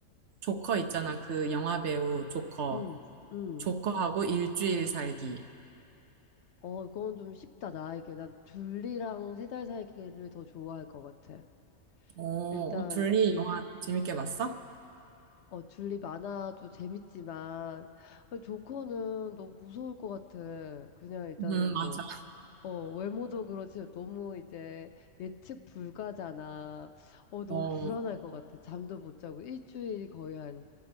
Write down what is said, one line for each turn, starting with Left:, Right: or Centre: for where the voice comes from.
Right: 조커 있잖아. 그 영화 배우 조커.
Left: 음, 음.
Right: 조커하고 일주일 살기.
Left: 어, 이건 좀 쉽다, 나에게. 난 둘리랑 세 달 살기를 더 좋아할 것 같아.
Right: 어,
Left: 일단,
Right: 어, 둘리 영화 재밌게 봤어?
Left: 어, 줄리 만화도 재밌지만, 어, 조커는 너무 무서울 것 같아. 그냥 일단은
Right: 음, 맞아.
Left: 뭐, 어, 외모도 그렇지, 너무 이제 예측 불가잖아. 어, 너무
Right: 어,
Left: 불안할 것 같아. 잠도 못 자고. 일주일이 거의 한